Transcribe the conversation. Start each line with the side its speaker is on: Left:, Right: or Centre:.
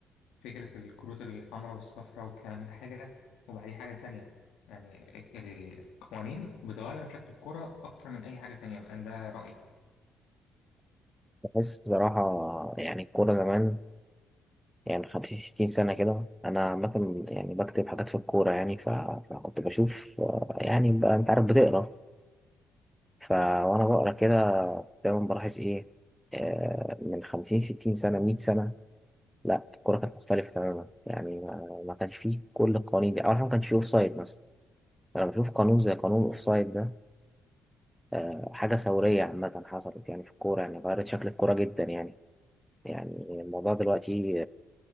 Left: فكرة الكروت الحمراء والصفراء والكلام ده حاجة وبعديه حاجة تانية يعني ال- القوانين بتغير في شكل الكرة أكتر من أي حاجة تانية بقى ده رأيي
Centre: بحس بصراحة يعني الكورة زمان يعني خمسين ستين سنة كده أنا عامة يعني بكتب حاجات في الكورة يعني ف... فكنت بشوف آه، يعني بقى أنت عارف بتقرا ف وأنا بقرا كده دايما بلاحظ إيه آه، من خمسين ستين سنة مية سنة لا الكورة كانت مختلفة تماما يعني ما, ما كانش فيه كل القوانين دي أول حاجة ما كانش فيه أوفسايد مثلا أنا بشوف قانون زي قانون الأوفسايد ده آه، حاجة ثورية عامة حصلت يعني في الكورة يعني غيرت شكل الكورة جدا يعني يعني الموضوع دلوقتي